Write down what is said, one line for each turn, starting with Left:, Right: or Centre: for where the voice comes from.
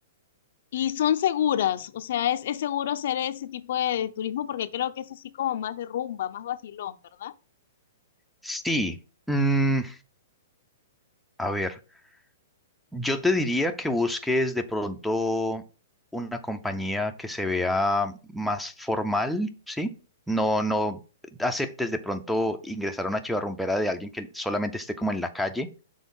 Left: Y son seguras, o sea, es, es seguro hacer ese tipo de, de turismo porque creo que es así como más de rumba, más vacilón, ¿verdad?
Centre: Sí. mm, a ver. Yo te diría que busques de pronto una compañía que se vea más formal, ¿sí? No, no aceptes de pronto ingresar a una chivarrumbera de alguien que solamente esté como en la calle,